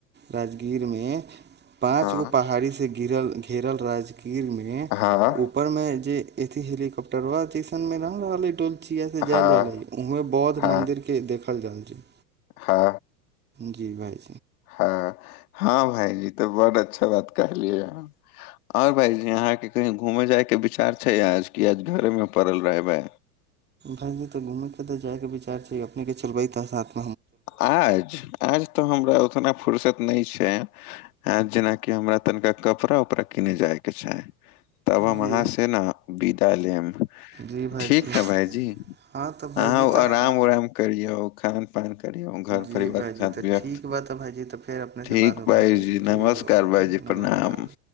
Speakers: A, on the right; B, on the left.
A: राजगीरमे पाँच
B: हँ
A: गो पहाड़ी से गिरल घेरल राज ीर मे
B: हँ
A: ऊपर में जेथ हेलिकॉप्टर बा जसन में रह रहल है डोल छ से जल
B: हँ
A: जलै उह बौद्ध
B: हँ
A: मन्दिर के देखल हँ जी हाँ जी
B: हँ
A: जी भाइ
B: हँ हँ भाायजी तऽ बड्ड अच्छा बात कहलियै ह आओर भाायजी अहाँके कहीँ घूमय जायके विचार छै आज कि आज घरेमे पड़ल रहय भा
A: भायी त घूमे के तऽ जाय के विचार छै अपने केल पै तसथ
B: आज आज तऽ हमरा उतना फुुरसत नहि छैक ह जेनाकि हमरा तनिका कपड़ा उपड़ा किने जाय कि छैक तब हम
A: जी
B: अहाँ से ने विदा लेब
A: जी भाइजी
B: ठीक ने भायजी
A: हँ तऽ भाइजी
B: अहाँ
A: तऽ
B: आराम उराम करियौ खान पान कर घर
A: जी
B: परिवार
A: भाइजी
B: सा
A: तऽ
B: व्त
A: ठीक बा तऽ भाइजी तऽ फेर अपनेसँ
B: ठीक
A: बादमे
B: भाइजी
A: बात होइ ठीक
B: नमस्कार
A: बा
B: भाइजी
A: नमस्कार
B: प्रणाम